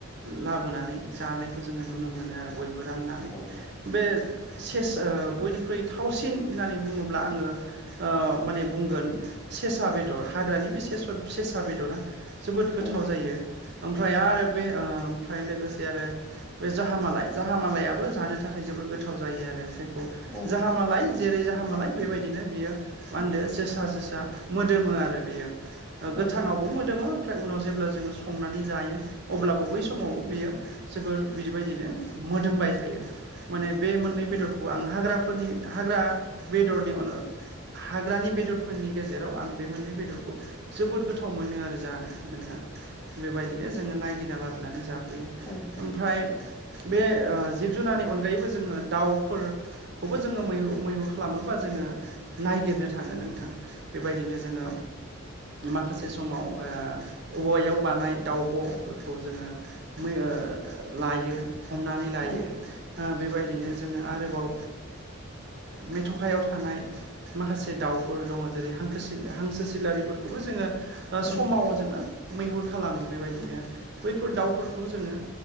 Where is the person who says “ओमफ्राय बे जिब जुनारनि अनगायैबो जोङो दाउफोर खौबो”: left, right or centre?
Right